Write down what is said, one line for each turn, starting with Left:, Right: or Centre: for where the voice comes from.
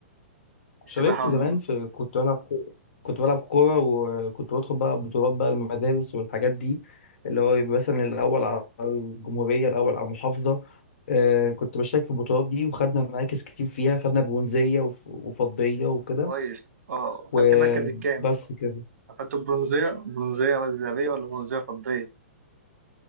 Right: السباحة
Left: شاركت زمان في كنت بلعب كو- كنت بلعب كورة وكنت بدخل بقى بطولات بقى المدارس والحاجات دي اللي هو يبقى مثلا الأول على الجمهورية الأول على المحافظة آه كنت بشارك في البطولات دي وخدنا مراكز كتير فيها خدنا برونزية وف- وفضية وكده
Right: كويس اه
Left: وبس
Right: خدت مركز الكام
Left: كده
Right: خدت برونزية برونزية ذهبية ولا برونزية فضية